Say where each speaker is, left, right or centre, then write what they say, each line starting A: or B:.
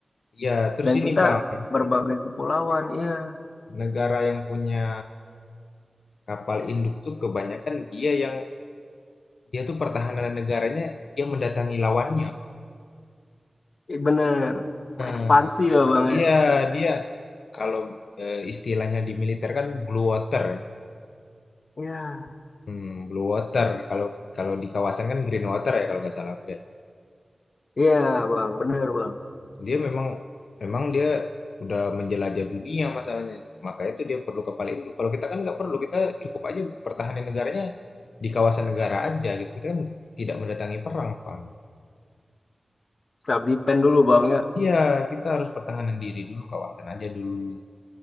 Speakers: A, on the left; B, on the left.
A: Ya, terus
B: dan
A: ini
B: kita
A: Bang,
B: berbagai kepulauan. Iya,
A: negara yang punya kapal induk tuh kebanyakan dia yang dia tuh pertahanan negaranya dia mendatangi lawannya, Bang.
B: i- bener.
A: Nah,
B: Ekspansi ya bang
A: iya
B: ya.
A: dia kalau eh, istilahnya di militer kan blue water.
B: Iya,
A: Hmm, blue water. Kalau kalau di kawasan kan green water ya kalau nggak salah aku
B: iya bang, bener bang.
A: Dia memang memang dia udah menjelajah dunia masalahnya. Makanya itu dia perlu kepala induk. Kalau kita kan nggak perlu, kita cukup aja pertahanin negaranya di kawasan negara aja gitu. Kita kan tidak mendatangi perang soalnya.
B: Cabdi pen dulu bang ya.
A: Iya, kita harus pertahanan diri dulu, kawasan aja dulu.